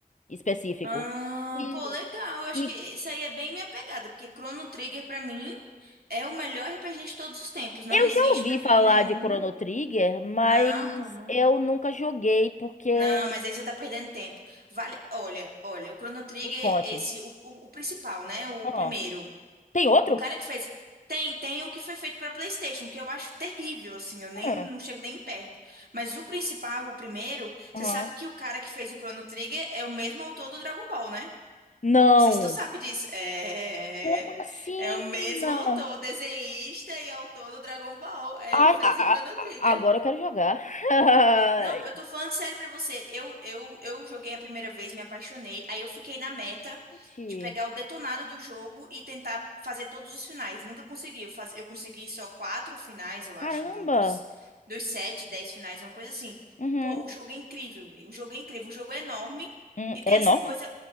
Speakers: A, on the left (about 50°); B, on the right (about 80°).
A: específico.
B: Ah,
A: E,
B: pô, legal. Eu acho
A: e
B: que isso aí é bem minha pegada, porque Chrono Trigger pra mim é o melhor RPG de todos os tempos. Não
A: Eu
B: existe
A: já ouvi
B: pra mim
A: falar
B: nenhum.
A: de Chrono Trigger, mas
B: Não, pô, não.
A: eu nunca joguei porque
B: Não, mas aí você tá perdendo tempo. Vale, olha, olha, o Chrono Trigger,
A: me conte.
B: esse, o, o, o principal, né? O
A: Ah,
B: primeiro.
A: tem outro?
B: O cara que fez. Tem, tem o que foi feito pra PlayStation, que eu acho terrível, assim, eu nem
A: Hum,
B: não chego nem perto. Mas o principal, o primeiro,
A: aham.
B: você sabe que o cara que fez o Chrono Trigger é o mesmo autor do Dragon Ball, né?
A: Não.
B: Não sei se tu sabe disso. É,
A: Como assim,
B: é
A: menina?
B: o mesmo autor, desenhista e autor do Dragon Ball. É,
A: Ai,
B: Ele fez
A: a-
B: o Chrono
A: a- a-
B: Trigger.
A: agora eu quero jogar. <laughs> Ai,
B: Não, eu tô falando sério pra você. Eu, eu, eu joguei a primeira vez, me apaixonei. Aí eu fiquei na meta
A: Gente,
B: de pegar o detonado do jogo e tentar fazer todos os finais. Nunca consegui. Eu, faz... eu consegui só quatro finais, eu acho,
A: caramba.
B: do- dos, dos sete, dez finais, é uma coisa assim.
A: Uhum.
B: Pô, o jogo é incrível. O jogo é incrível. O jogo é enorme
A: Hum,
B: e tem
A: é enorme?
B: essa coisa.